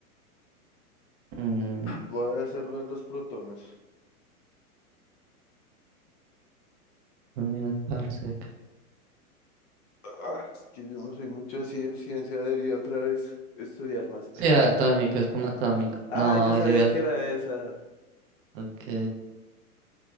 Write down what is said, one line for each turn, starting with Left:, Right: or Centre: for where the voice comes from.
Right: Mm,
Left: Voy a hacerlo de los protones.
Right: unidad parsec.
Left: Ah, Es que yo no soy mucho así de ciencia, debería otra vez estudiar más.
Right: Sí,
Left: <laughs>
Right: atómico, es como atómico.
Left: Ah,
Right: No,
Left: yo sabía
Right: llega.
Left: que era esa.
Right: Ok.